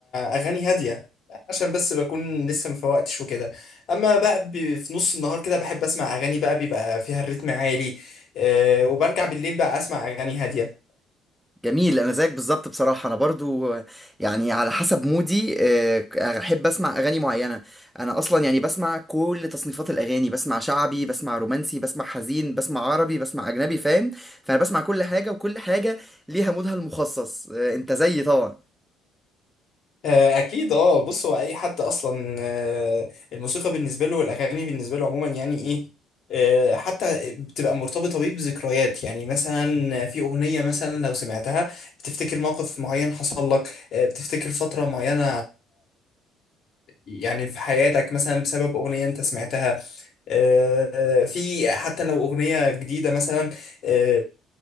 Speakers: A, on the left; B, in the centre.
A: اغاني هادية عشان بس بكون لسه مفوقتش وكده اما بقى ب- في نص النهار كده بحب اسمع اغاني بقى بيبقى فيها الريتم عالي آه، وبرجع بالليل بقى اسمع اغاني هادية
B: جميل انا زيك بالظبط بصراحه انا برضو آه، يعني على حسب مودي آه، احب اسمع اغاني معينه انا اصلا يعني بسمع كل تصنيفات الاغاني بسمع شعبي بسمع رومانسي بسمع حزين بسمع عربي بسمع اجنبي فاهم فانا بسمع كل حاجه وكل حاجه ليها مودها المخصص آه، انت زيي طبعا
A: آه، اكيد اه بص هو اي حد اصلا آه، الموسيقى بالنسبه له والاغاني بالنسبه له عموما يعني ايه آه، حتى بتبقى مرتبطه بيه بذكريات يعني مثلا في اغنيه مثلا لو سمعتها بتفتكر موقف معين حصل لك آه، بتفتكر فتره معينه يعني في حياتك مثلا بسبب اغنيه انت سمعتها آه، في حتى لو أغنية جديدة مثلا آه،